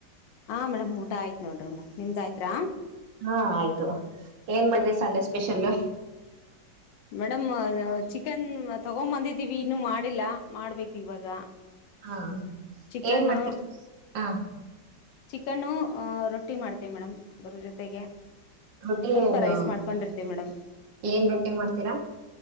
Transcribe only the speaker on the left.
ಹಾ ಮೇಡಮ್ ಊಟ ಆಯ್ತ ನೋಡ್ರಿ ಮೇಡಮ್ ನಿಮ್ಮದಾಯ್ತಾರ
ಮೇಡಮ್ ಚಿಕನ್ ತಗೊಂಬಂದಿದೀವಿ ಇನ್ನು ಮಾಡಿಲ್ಲ ಮಾಡ್ಬೇಕ್ ಇವಾಗ
ಚಿಕನ್ನು
ಚಿಕನ್ನು ರೊಟ್ಟಿ ಮಾಡ್ತೀವಿ ಮೇಡಮ್ ಅದರ ಜೊತೆಗೆ
ಸ್ವಲ್ಪ
ರೈಸ್ ಮಾಡ್ಕೊಂಡಿರ್ತಿವಿ ಮೇಡಮ್